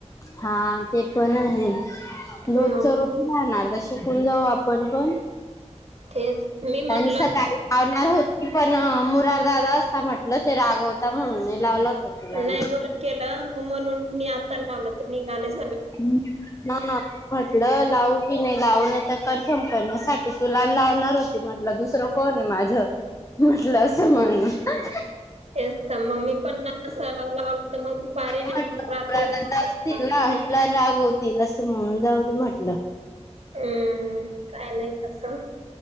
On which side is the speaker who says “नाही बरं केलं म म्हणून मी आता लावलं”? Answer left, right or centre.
Right